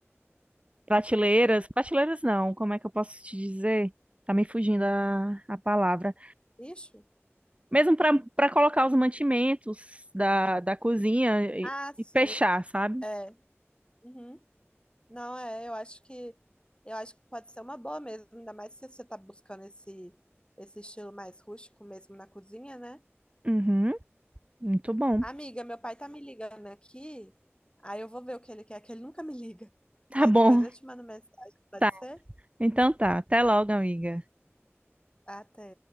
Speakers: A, on the right; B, on the left.
A: prateleiras. Prateleiras não, como é que eu posso te dizer? Tá me fugindo a, a palavra.
B: Isso?
A: Mesmo pra para colocar os mantimentos da, da cozinha e,
B: Ah, sim.
A: e fechar, sabe?
B: É. Uhum. Não, é, eu acho que eu acho que pode ser uma boa mesmo, ainda mais se você tá buscando esse esse estilo mais rústico mesmo na cozinha, né?
A: Uhum, muito bom.
B: Amiga, meu pai tá me ligando aqui, aí eu vou ver o que ele quer, que ele nunca me liga.
A: Tá
B: Aí
A: bom,
B: depois eu te mando mensagem, pode
A: tá.
B: ser?
A: Então tá. Até logo, amiga.
B: Até.